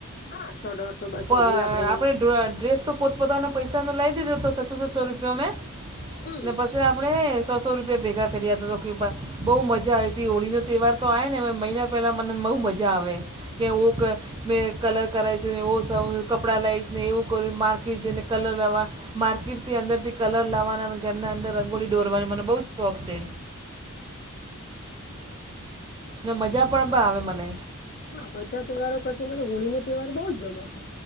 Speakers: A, on the left; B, on the right.
A: હા સો દોઢસો બસો
B: પણ
A: જે આપડે
B: આપણે ડ્ર- ડ્રેસ તો પોતપોતાના પૈસા નું લાવ દીધો તો સસ્સો સસ્સો રૂપિયા મેં
A: હમ
B: ને પસ આપણે સો સો રૂપિયા ભેગા કર્યા હતા તો કે બહુ મજા આવી હતી હોળી નો તહેવાર તો આવે ને મહિના પહેલાં મને બહુ મજા આવે કે ઓક મે કલર કરાવ છે ને એ કપડાં લઈશ ને એવું કર્યું માર્કને કલર લાવવા માર્કેટ થી અંદરથી કલર લાવવાના અને ઘરના અંદર રંગોલી દોરવાની મને બહુ જ શોખ છે
A: હમ
B: ને મજા પણ બો આવે મને
A: હા બધા તહેવારો કરતા મને હોળી નો તહેવાર બઉ જ ગમે છે